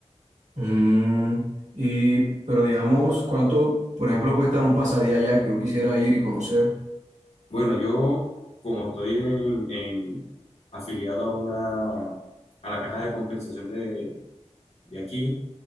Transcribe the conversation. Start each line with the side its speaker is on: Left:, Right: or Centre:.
Right: Mm, y, pero digamos, ¿cuánto, por ejemplo, cuesta un pasadía allá que yo quisiera ir y conocer?
Left: Bueno, yo como estoy en, en- afiliado a una, a la caja de compensación de, de aquí,